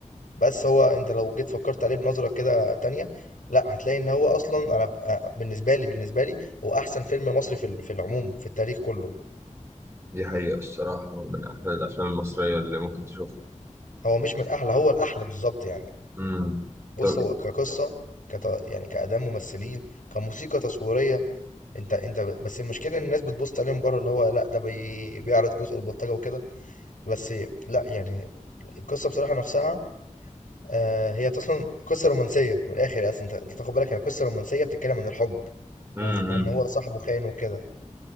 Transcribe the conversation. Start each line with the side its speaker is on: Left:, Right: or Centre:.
Left: بس هو أنت لو جيت فكّرت عليه بنظرة كده تانية، لأ هتلاقي إن هو أصلًا أنا ب أ بالنسبة لي بالنسبة لي هو أحسن فيلم مصري في ال في العموم في التاريخ كلّه،
Right: دي حقيقة الصراحة من أحلى الأفلام المصرية اللي ممكن تشوفها
Left: هو مش من أحلى هو الأحلى بالضبط يعني،
Right: امم
Left: بُص
Right: طب
Left: هو كقصة كت يعني كأداء ممثلين، كموسيقى تصويرية انت انت بس المشكله ان الناس بتبص عليهم بره اللي هو لا ده بي بيعرض جزء البلطجه وكده بس لا يعني القصه بصراحه نفسها آه هي اصلا قصه رومانسيه من الاخر اصلا انت انت تاخد بالك هي قصه رومانسيه بتتكلم عن الحب
Right: امم
Left: وخ- وان هو صاحبه خان وكده